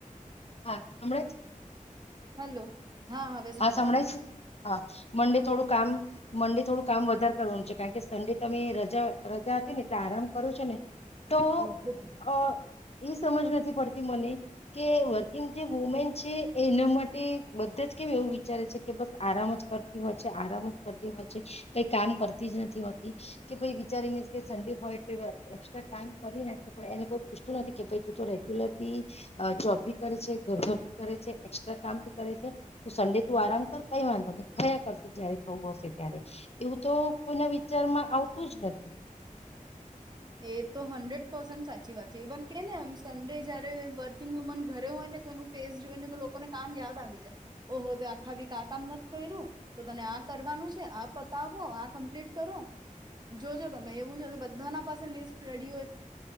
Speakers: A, on the left; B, on the right.
A: હા, હમણાં છે.
B: હલો હવે
A: હા,
B: સંભળાયું
A: સંભળાય છે, હા, મડે થોડું કામ મંડે થોડું કામ વધારે કરવાનું છે, કારણ કે સંડે તમે રજા રજા, હતી ને એટલે આરામ કરો છો ને તો
B: ઓહો
A: અ એ સમજ નથી, પડતી મને કે વર્કિંગ જે વુમેન છે. એના માટે બધા જ કેમ એવું વિચારે છે, કે બસ આરામ જ કરતી હોય, છે. આરામ જ કરતી હોય છે કઈ કામ કરતી જ નથી, હોતી કે પછ વિચારીને, કે સડે હોય, એટલે એક્સ્ટ્રા કામ કરી નાખે પણ એને કોઈ પૂછતું નથી. કે રેગ્યુલર બી જોબ ભી કરે છે, ઘ ભી કરે છે એક્સ્ટ્રા કામ ભી કરે છે. તો સંડે તું આરામ કર કઈ વાંધો કયા કરશે જયારે થવું હશે, ત્યારે એવું તો કોઈ નવી પિક્ચરમાં આવતું જ નથી
B: એ તો હંડ્રેડ પર્સેન્ટ સાચી વાત છે ઇવન કે નેમ સંડે જયારે વર્કિંગ વુમન ઘરે હોય ને તો એનું ફેસ જોઈ ને તો લોકોને કામ યાદ આવી જાય ઓહો આખાી ક આ કામ નથી કર્યું તો તને આ કરવાનું છે આ પતાવો આ કમ્પ્લીટ કરો જોજો તમે એવું જ બધાના પાસે લિસ્ટ રેડી હોય